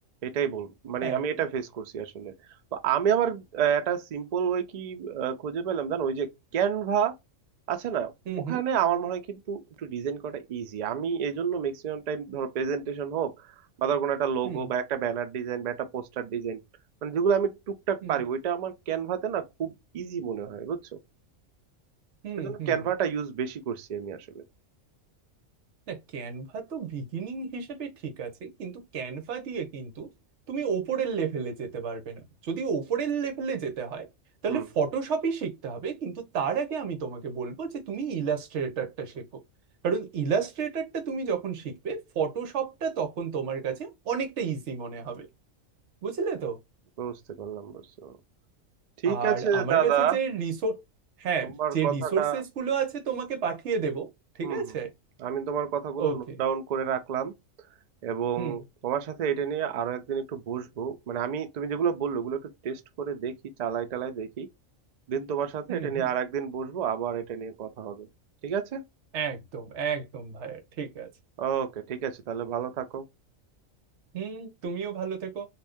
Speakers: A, on the right; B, on the right.
A: এটাই বল মানে
B: হ্যাঁ
A: আমি এটা ফেস করছি আসলে তো আমি আবার আহ, একটা সিম্পল ওয়ে কি আহ, খুঁজে পেলাম জানো ওই যে ক্যানভা আছে না
B: হুম
A: ওখানে
B: হুম
A: আমার মনে হয় কিন্তু একটু ডিজাইন করাটা ইজি আমি এই জন্য ম্যাক্সিমাম টাইম ধরো প্রেজেন্টেশন হোক বা ধর কোনো একটা লোগো
B: হুম
A: বা একটা ব্যানার ডিজাইন বা একটা পোস্টার ডিজাইন মানে যেগুলো আমি টুকটাক
B: হুম
A: পারি ওইটা আমার ক্যানভাতে না খুব ইজি মনে হয় বুঝছো
B: হুম
A: এই জন্য
B: হুম
A: ক্যানভাটা ইউজ বেশি করছি আমি আসলে
B: না ক্যানভা তো বিগিনিং হিসেবে ঠিক আছে কিন্তু ক্যানভা দিয়ে কিন্তু তুমি ওপরের লেভেলে যেতে পারবে না যদি ওপরের লেভেলে যেতে হয় তাহলে
A: হুম
B: ফটোশপই শিখতে হবে কিন্তু তার আগে আমি তোমাকে বলবো যে তুমি ইলাস্ট্রেটরটা শেখো কারণ ইলাস্ট্রেটরটা তুমি যখন শিখবে ফটোশপটা তখন তোমার কাছে অনেকটা ইজি মনে হবে বুঝলে তো
A: বুঝতে পারলাম বুঝছো ঠিক
B: আর
A: আছে
B: আমার
A: দাদা
B: কাছে যে রিসোর্স হ্যাঁ
A: তোমার
B: যে
A: কথাটা
B: রিসোর্সেস গুলো আছে তোমাকে পাঠিয়ে দেবো ঠিক
A: হুম
B: আছে
A: হুম আমি তোমার কথাগুলো
B: ওকে
A: নোট ডাউন করে রাখলাম এবং
B: হুম
A: তোমার সাথে এটা নিয়ে আরো একদিন একটু বসবো মানে আমি তুমি যেগুলো বললো ওগুলো একটু টেস্ট করে দেখি চালাই টালাই দেখি দিন তোমার সাথে
B: হুম
A: এটা নিয়ে
B: হুম
A: আর একদিন বসবো আবার এটা নিয়ে কথা হবে ঠিক আছে
B: একদম একদম ভাইয়া ঠিক আছে
A: ওকে ঠিক আছে তাহলে ভালো থাকো
B: হুম তুমিও ভালো থেকো